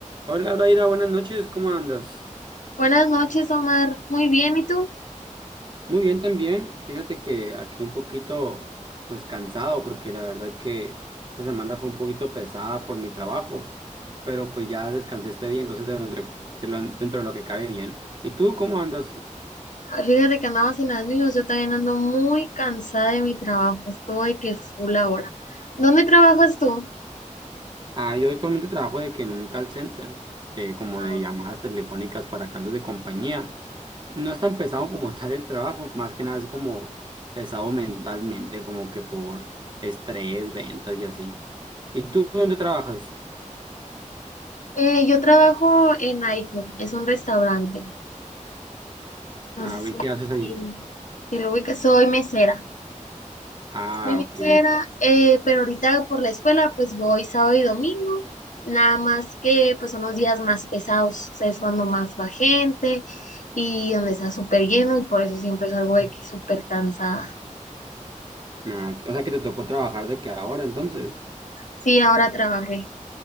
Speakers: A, on the right; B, on the left.
A: Hola Daira, buenas noches, ¿cómo andas?
B: Buenas noches, Omar. Muy bien, ¿y tú?
A: Muy bien también, fíjate que aquí un poquito pues cansado porque la verdad que esta semana fue un poquito pesada por mi trabajo, pero pues ya descansé este día, entonces dentro, de lo- dentro de lo que cabe bien. ¿Y tú cómo andas?
B: Fíjate que andamos en las mismas. Yo también ando muy cansada de mi trabajo. Estoy que full ahora. ¿Dónde trabajas tú?
A: Ah, yo actualmente trabajo de que en un call center, de, como
B: Ah,
A: de
B: ok.
A: llamadas telefónicas para cambios de compañía. No es tan pesado como <laughs> tal el trabajo, más que nada es como pesado mentalmente, como que por estrés, ventas y así. ¿Y tú dónde trabajas?
B: Eh, yo trabajo en iPhone. Es un restaurante. No
A: Ah,
B: sé si,
A: ¿y qué haces ahí?
B: si, si lo ubicas. Soy mesera.
A: Ah,
B: Soy mesera,
A: ok.
B: eh, pero ahorita por la escuela pues voy sábado y domingo, nada más que pues son los días más pesados, o sea, es cuando más va gente y donde está súper lleno y por eso siempre salgo de que súper cansada.
A: Ah, o sea que te tocó trabajar de que ahora entonces.
B: Sí, ahora trabajé,